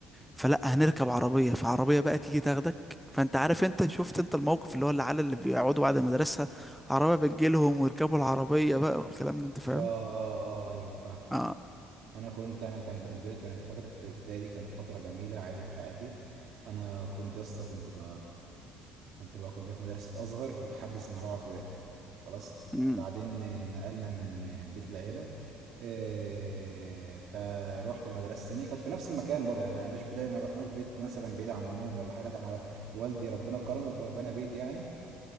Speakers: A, in the centre; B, on the right (about 65°).
A: فلا هنركب عربية فعربية بقى تيجي تاخدك فانت عارف انت شفت انت الموقف اللي هو العيال اللي بيقعدوا بعد المدرسة عربية بتجيلهم ويركبوا العربية بقى والكلام ده انت فاهم
B: أه أه أه أيوه فاهم
A: اه
B: انا كنت انا كان بالنسبه لي كانت فتره الابتدائي دي كانت فتره جميله عادي في حياتي انا كنت يا اسطى كنت ب كنت ب... كنت في مدرسه ازهر لحد سنه رابعه ابتدائي خلاص
A: امم
B: بعدين نقلنا من بيت العيله إيه، فروحت مدرسه ثانيه كانت في نفس المكان برضه يعني احنا ما بيت العيلة، ما رحناش بيت مثلا بعيد عن النوم ولا حاجه لا ده احنا والدي ربنا كرمه وب- بنى بيت يعني